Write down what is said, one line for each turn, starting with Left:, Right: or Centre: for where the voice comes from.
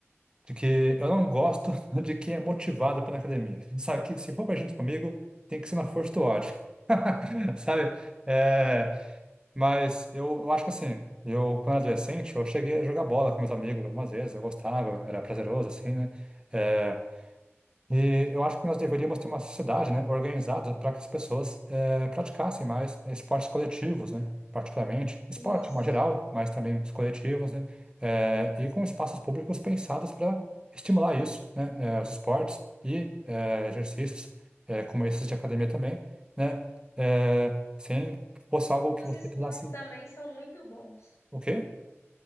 Right: de que eu não gosto <laughs> de quem é motivado para ir na academia. Sabe que se for pra junto comigo, tem que ser na força do ódio. <laughs> Sabe? É, mas eu, eu acho que assim, eu quando era adolescente, eu cheguei a jogar bola com meus amigos algumas vezes, eu gostava, era prazeroso assim, né? É, e eu acho que nós deveríamos ter uma sociedade, né, organizada para que as pessoas eh, praticassem mais esportes coletivos, né, particularmente esporte,
Left: Isso.
Right: em geral, mas também os coletivos, né, eh, e com espaços públicos pensados para estimular isso, né, eh, os esportes e eh, exercícios eh, como esses de academia também, né, eh, sem que fosse algo que
Left: Os
Right: você
Left: esportes
Right: precisasse,
Left: também são muito bons.
Right: o quê?